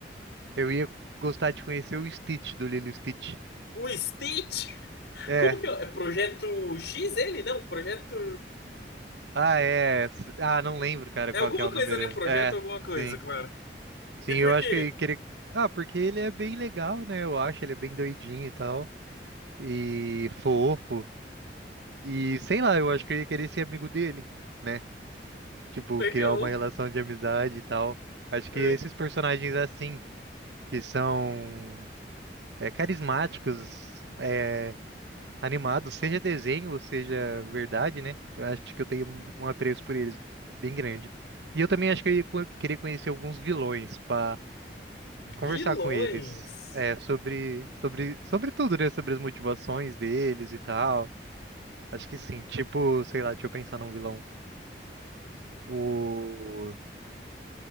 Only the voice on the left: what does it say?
O Stitch?
Como que é? É Projeto X ele? Não, Projeto.
É
alguma
coisa,
né? Projeto
alguma coisa,
claro.
E por
quê?
Legal.
É.
Vilões.